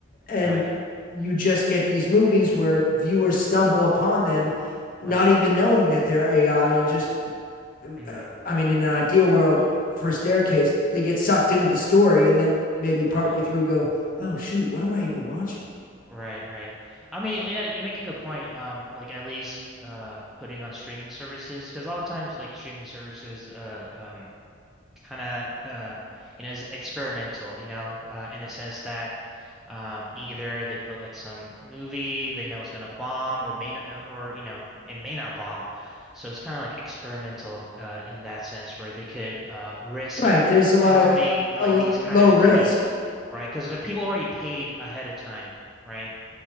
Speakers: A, on the left; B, in the centre.
A: And
B: Right.
A: you just get these movies where viewers stumble upon them not
B: Right.
A: even knowing that they're AI and just
B: hmm
A: uh, I mean in an ideal world for staircase they get sucked into the story and then maybe partway
B: Right.
A: through go, "Oh shoot, what am I even watching?"
B: Right, right. I mean, yeah, you make a good point. Um, like at least uh putting on streaming services because a lot of times like streaming services uh um kind of uh you know is experimental, you know, uh in a sense that um either they put like some movie they know is gonna bomb or may not uh, or you know it may not bomb. So it's kind of like experimental uh in that sense where they could uh risk
A: Right, there's a lot
B: having
A: of
B: like
A: a l-
B: these kind
A: low
B: of
A: risk.
B: movies, right? Because the people already paid ahead of time. Right.